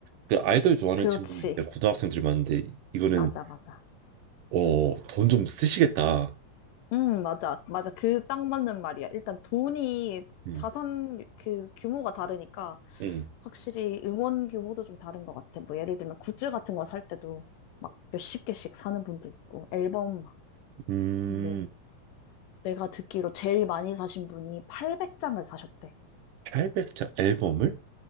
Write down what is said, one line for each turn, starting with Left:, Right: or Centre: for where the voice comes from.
Right: 그 아이돌 좋아하는
Left: 그렇지.
Right: 친구들 이제 고등학생들이 많은데 이거는
Left: 맞아, 맞아.
Right: 어, 돈 좀 쓰시겠다.
Left: 음, 맞아. 맞아. 그 딱 맞는 말이야. 일단 돈이
Right: 음,
Left: 자산 그 규모가 다르니까
Right: 음,
Left: 확실히 응원 규모도 좀 다른 것 같아. 뭐 예를 들면 굿즈 같은 거 살 때도 막 몇십 개씩 사는 분도 있고 앨범 막
Right: 음,
Left: 뭐 내가 듣기로 제일 많이 사신 분이 800장을 사셨대.
Right: 800장 앨범을?